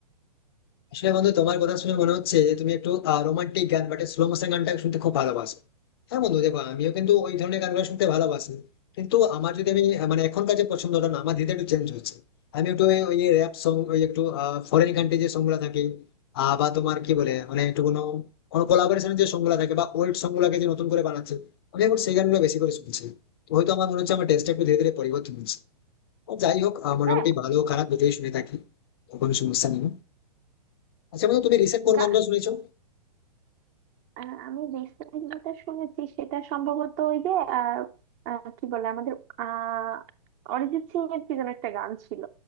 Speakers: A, on the left; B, on the right.
A: আসলে বন্ধু তোমার কথা শুনে মনে হচ্ছে যে তুমি একটু রোমান্টিক গান বা স্লো মোশন গানটা শুনতে খুব ভালোবাসো হ্যাঁ বন্ধু দেখো আমিও কিন্তু ওই ধরনের গানগুলো শুনতে ভালোবাসি কিন্তু আমার যদি আমি আহ, মানে এখনকার যে পছন্দটা না আমার ধীরে ধীরে একটু চেঞ্জ হচ্ছে আমি একটু ওই- ওই র্যাপ সং ওই একটু ফরেন কান্ট্রি যে সং গুলা থাকে আহ, বা তোমার কি বলে মানে একটু কোনো কোনো কোলাবোরেশন যে সং গুলা থাকে বা ওল্ড সং গুলাকে যে নতুন করে বানাচ্ছে আমি এখন সেই গানগুলো বেশি করে শুনছি তো হয়তো আমার মনে হচ্ছে আমার টেস্টটা একটু ধীরে ধীরে পরিবর্তন হচ্ছে আর যাই হোক আহ, মোটামুটি
B: হ্যাঁ
A: ভালো খারাপ দুটোই শুনে থাকি কোনো সমস্যা নেই আচ্ছা বন্ধু তুমি রিসেন্ট কোন
B: গান
A: গানটা শুনেছো
B: আহ, আমি রিসেন্ট যেটা শুনেছি সেটা সম্ভবত ওই যে আহ, আহ, কি বলে আমাদের আহ অরিজিৎ সিং এর কি যেন একটা গান ছিল